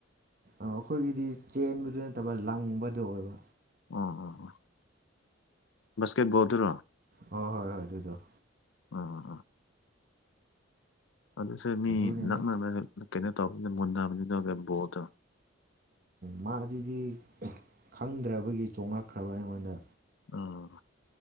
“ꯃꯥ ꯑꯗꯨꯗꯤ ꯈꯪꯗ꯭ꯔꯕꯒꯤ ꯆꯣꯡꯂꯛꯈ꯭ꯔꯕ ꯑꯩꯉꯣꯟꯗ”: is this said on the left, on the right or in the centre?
Right